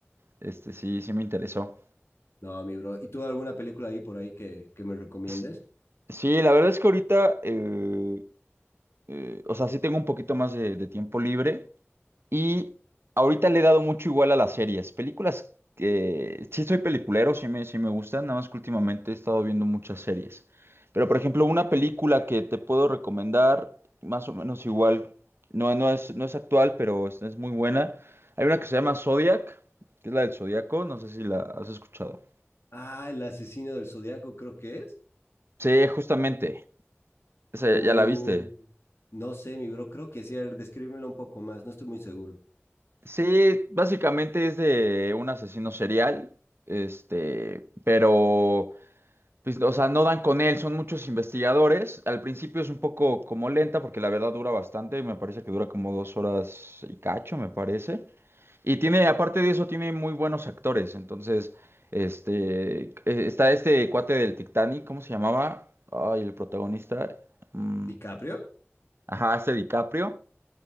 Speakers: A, on the right; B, on the left.
A: Este, sí, sí me interesó.
B: No, mi bro. ¿Y tú alguna película ahí por ahí que, que me recomiendes?
A: S- Sí, la verdad es que ahorita, eh, eh, o sea, sí tengo un poquito más de, de tiempo libre. Y ahorita le he dado mucho igual a las series. Películas que sí soy peliculero, sí me, sí me gustan, nada más que últimamente he estado viendo muchas series. Pero por ejemplo, una película que te puedo recomendar, más o menos igual, no, no es, no es actual, pero es, es muy buena. Hay una que se llama Zodiac, que es la del Zodiaco, no sé si la has escuchado.
B: Ah, El asesino del Zodiaco creo que es.
A: Sí, justamente, esa
B: Uh,
A: ya la viste.
B: no sé, mi bro, creo que sí. A ver, descríbemelo un poco más, no estoy muy seguro.
A: Sí, básicamente es de un asesino serial, este, pero... Pues, o sea, no dan con él, son muchos investigadores. Al principio es un poco como lenta porque la verdad dura bastante, me parece que dura como dos horas y cacho, me parece. Y tiene, aparte de eso, tiene muy buenos actores. Entonces, este, eh, está este cuate del Titanic, ¿cómo se llamaba? Ay, el protagonista. mm,
B: ¿DiCaprio?
A: ajá, este DiCaprio